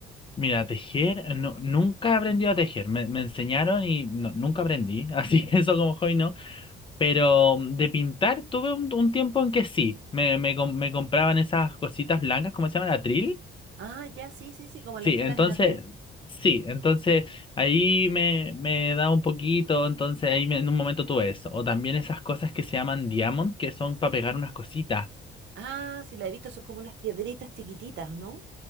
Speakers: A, on the left (about 25°); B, on the right (about 65°).
A: Mira, tejer, eh, no, nunca aprendí a tejer. Me, me enseñaron y no, nunca aprendí. <laughs> Así que eso como hobby no. Pero mm, de pintar tuve un, un tiempo en que sí. Me, me, com- me compraban esas cositas blancas, ¿cómo se llama? ¿Atril?
B: Ah, ya, sí, sí, sí, como las
A: Sí,
B: telas
A: entonces,
B: en atril.
A: sí, entonces ahí me, me da un poquito. Entonces ahí me- en un momento tuve eso. O también esas cosas que se llaman diamond, que son para pegar unas cositas.
B: Ah, sí, la he visto, son como unas piedritas chiquititas, ¿no?